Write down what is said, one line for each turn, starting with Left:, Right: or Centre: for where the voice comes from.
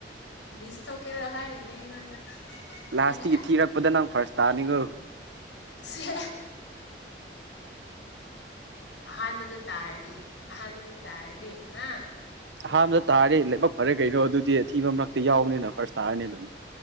Left: ꯃꯤꯁ ꯊꯧꯀꯦꯔ ꯍꯥꯏꯔꯤꯅꯦ ꯑꯩꯉꯣꯟꯗ꯫
Right: ꯂꯥꯁꯇꯤꯒꯤ
Left: ꯑꯩꯅ
Right: ꯊꯤꯔꯛꯄꯗ ꯅꯪ ꯐꯥꯔꯁ ꯇꯥꯅꯤꯒꯣ꯫
Left: ꯁꯦꯍꯦ꯫ ꯑꯍꯥꯟꯕꯗ ꯇꯥꯔꯗꯤ ꯑꯍꯥꯟꯕꯗ ꯇꯥꯔꯗꯤ ꯍꯥ꯫
Right: ꯑꯍꯥꯟꯕꯗ ꯇꯥꯔꯗꯤ ꯂꯥꯏꯕꯛ ꯐꯔꯦ ꯀꯩꯅꯣ ꯑꯗꯨꯗꯤ ꯑꯊꯤꯕ ꯃꯔꯛꯇ ꯌꯥꯎꯕꯅꯤꯅ ꯐꯥꯔꯁ ꯇꯥꯔꯅꯤ ꯑꯗꯨꯝ꯫